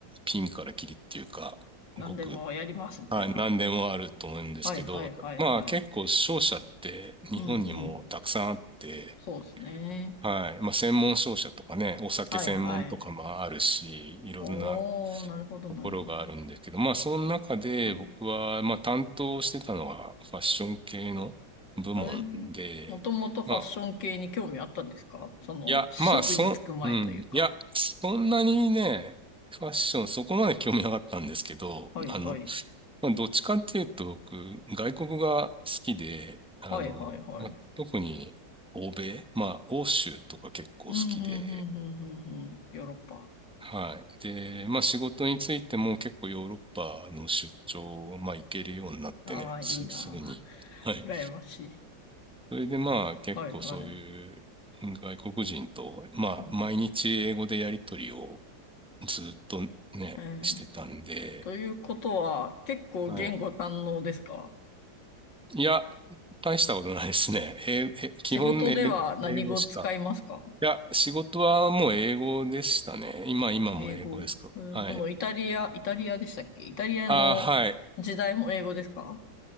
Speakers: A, in the centre; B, on the left (about 85°).
A: ピンからキリっていうか、
B: 何でもやりますみたいな。
A: ごくはい、何でもあると思うんですけど、
B: はいはいはいはい。
A: まあ結構商社って日本にもたくさんあって、
B: うんうん。そうですね。
A: はい、まあ専門商社とかね、お酒専門とかもあるし、
B: はいはい。
A: いろんな
B: おー、なるほど、
A: ところがあるんですけど、
B: なるほど。
A: まあその中で僕はまあ担当してたのがファッション系の部門で、
B: はい。えー、もともとファッション系に興味あったんですかその、
A: まあ、いや、
B: 職に就く前というか。
A: まあそ、うん、いや、そんなにね、ファッションそこまで興味なかったんですけど、
B: はい、
A: あの、
B: はい。
A: まあ、どっちかっていうと、僕、外国が好きで、あの、
B: はい、はい、はい。
A: まあ、特に欧米、まあ、欧州とか結構好きで、
B: うん、うん、うん、うん、うん、うん。ヨーロッパ。
A: はい。で、まあ、仕事についても結構ヨーロッパの出張、まあ、行けるようになってね、
B: ああ、
A: す、
B: いいなあ。
A: すぐに。はい。
B: 羨ましい。
A: それでまあ、結構そういう外国人と、
B: はい、はい。
A: まあ、
B: うん、
A: 毎日英語でやりとりをずっとね、
B: えー、
A: してたんで、
B: ということは、結構言語堪能ですか
A: はい。いや、大したことないですね。英え、
B: 仕事では何語使いますか
A: 基本英、英語しか。いや、仕事はもう英語でしたね。今、今も英語ですか。
B: 英語。えーそのイタリア、
A: はい。
B: イタリアでしたっけイタリアの時代も英語ですか
A: ああはい。